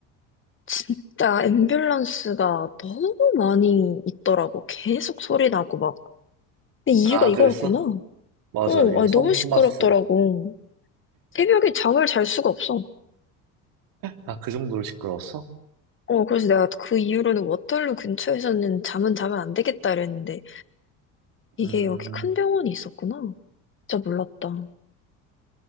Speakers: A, on the left (about 30°); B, on the right (about 60°).
A: 진짜 앰뷸런스가 너무 많이 있더라고. 계속 소리 나고 막. 근데 이유가
B: 아
A: 이거였구나.
B: 그랬어? 맞아
A: 응,
B: 이거
A: 아니,
B: 성
A: 너무 시끄럽더라고.
B: 토마스.
A: 새벽에 잠을 잘 수가 없어.
B: 아 그 정도로 시끄러웠어?
A: 어, 그래서 내가 그 이후로는 워털루 근처에서는 잠은 자면 안 되겠다 이랬는데, 이게
B: 음.
A: 여기 큰 병원이 있었구나. 진짜 몰랐다.